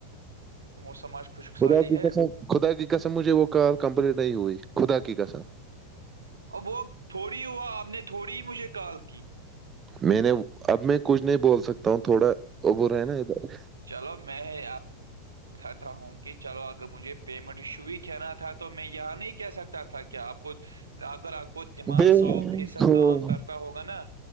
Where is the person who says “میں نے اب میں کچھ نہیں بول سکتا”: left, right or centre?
Right